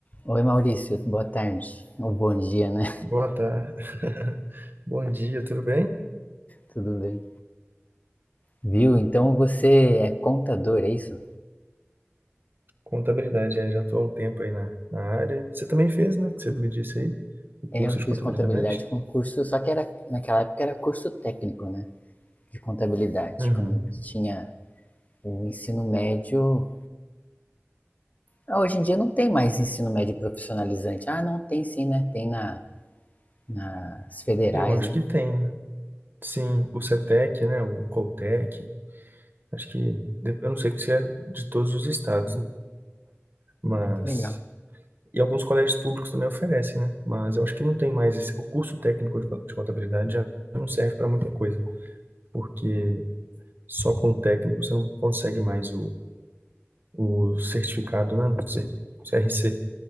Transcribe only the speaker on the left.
Oi Maurício, boa tarde. Ou bom dia, né?
<laughs> Tudo bem. Viu? Então você é contador, é isso?
É, Eu fiz
contabilidade com curso, só que era naquela época era curso técnico, né? De contabilidade,
quando tinha o ensino médio. Ah, hoje em dia não tem mais ensino médio profissionalizante. Ah, não, tem sim, né? Tem na, nas federais,
né?
Que legal.